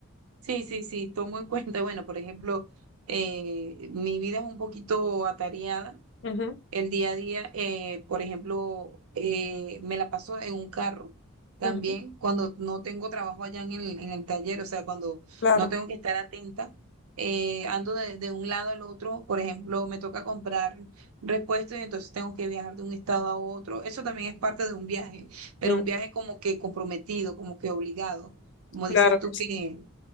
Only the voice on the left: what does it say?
Ujú,
ujú,
Claro,
mm,
claro
que sí.